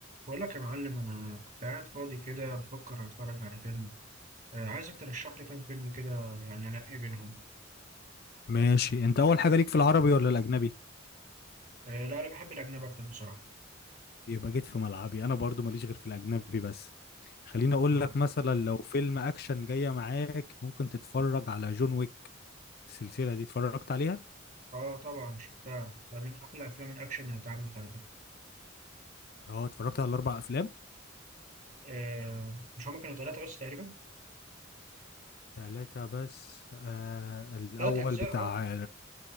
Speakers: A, on the right; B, on the left.
A: بقول لك يا معلم انا كنت قاعد فاضي كده بفكر اتفرج على فيلم آه عايزك ترشح لي كام فيلم كده يعني انقي بينهم
B: ماشي انت اول حاجه ليك في العربي ولا الاجنبي
A: آه لا انا بحب الاجنبي اكتر بصراحه
B: يبقى جيت في ملعبي انا برضو ماليش غير في الاجنبي بس خليني اقول
A: اه
B: لك مثلا لو فيلم اكشن جايه معاك ممكن تتفرج على جون ويك السلسله دي اتفرجت عليها
A: اه طبعا شفتها ده من احلى افلام الاكشن اللي اتعملت على كده
B: اه اتفرجت على الاربع افلام
A: آه مش هما كانوا ثلاثه بس تقريبا
B: ثلاثه بس آه الاول
A: ثلاث اجزاء
B: بتاع
A: اه